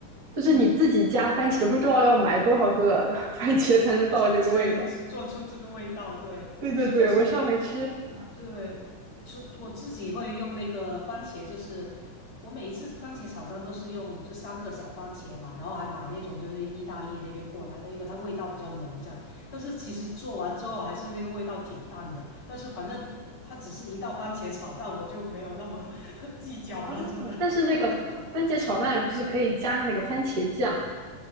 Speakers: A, on the right; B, on the left.
A: 就是你自己加番茄，
B: 嗯。
A: 不知道要买多少个 <laughs> 番茄才能到这个味道。
B: 才才能做出这个味道。对，
A: 对对对，
B: 是的，是的，
A: 我上回吃
B: 因因对，出我自己会用那个番茄，就是我每一次番茄炒蛋都是用这三个小番茄嘛，然后还买那种就是意大利那边过来的，因为它味道比较浓这样。但是其实做完之后还是那个味道挺淡的，但是反正它只是一道番茄炒蛋，我就没有那么 <laughs> 计较了，
A: 啊，
B: 真的。
A: 但是那个番茄炒蛋不是可以加那个番茄酱？
B: <laughs>